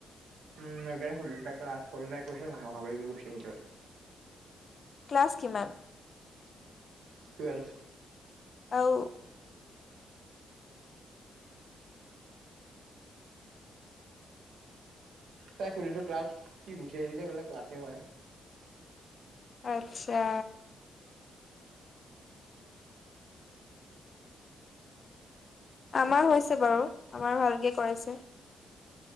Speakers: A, on the right; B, on the left.
A: উম মাকে সুধিছে ক্লাছ কৰিলি নাই কৈছে বা বি ক গুচি আহিলে।
B: ক্লাছ কিমান?
A: টুৱেলভ।
B: আহ।
A: তাই সুধিছো ক্লাছ কি গুচি আহিলি যে কলে ক্লাছে হয়
B: আচ্ছা। আমাৰ হৈছে বাৰু আমাৰ ভালকে কৰাইছে।